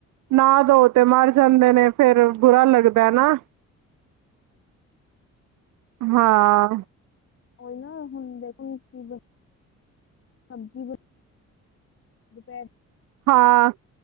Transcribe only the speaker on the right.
ਨਾ ਦਓ ਤੇ ਮਰ ਜਾਂਦੇ ਨੇ ਫੇਿਰ ਬੁਰਾ ਲੱਗਦਾ ਨਾ ਹਾਂ।
ਹਾਂ